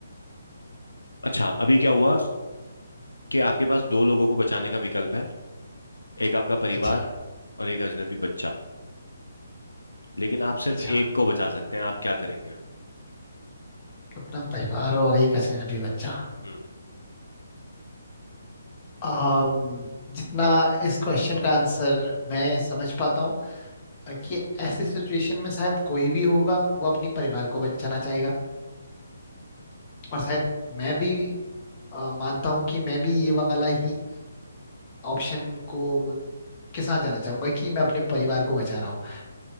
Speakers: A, on the left; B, on the left.
A: अच्छा अभी क्या हुआ कि आपके पास दो लोगों को बचाने का विकल्प है एक आपका परिवार
B: अच्छा
A: और एक अजनबी बच्चा लेकिन आप सिर्फ
B: अच्छा
A: एक को बचा सकते हैं आप क्या करेंगे
B: अपना परिवार और एक अजनबी बच्चा
A: हम्म
B: आम, जितना इस क्वेश्चन का आंसर मैं समझ पाता हूँ कि ऐसी सिचुएशन में शायद कोई भी होगा वो अपनी परिवार को बचाना चाहेगा और शायद मैं भी अ, मानता हूँ कि मैं भी ये वाला ही ऑप्शन को के साथ जाना चाहूंगा कि मैं अपने परिवार को बचा रहा हूँ